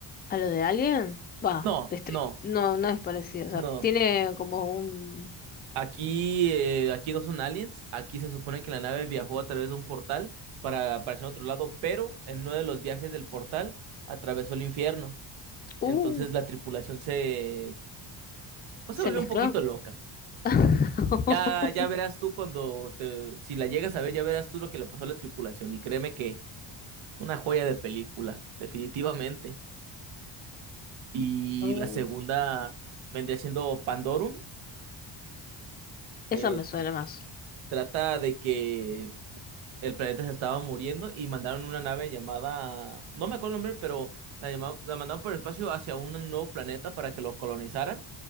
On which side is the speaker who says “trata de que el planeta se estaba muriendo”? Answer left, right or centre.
Right